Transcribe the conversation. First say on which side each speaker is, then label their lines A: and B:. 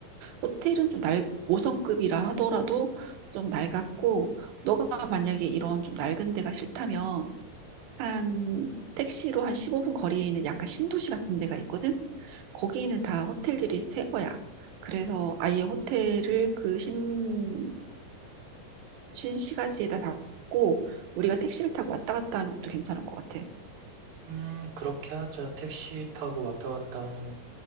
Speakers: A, on the right; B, on the right.
A: 호텔은 좀 날, 5성급이라 하더라도 좀 낡았고, 너가 만약에 이런 좀 낡은 데가 싫다면 한 택시로 한 15분 거리에 있는 약간 신도시 같은 데가 있거든. 거기는 다 호텔들이 새 거야. 그래서 아예 호텔을 그 신, 신시가지에다 잡고 우리가 택시를 타고 왔다 갔다 하는 것도 괜찮을 것 같아.
B: 음, 그렇게 하자. 택시 타고 왔다 갔다 하는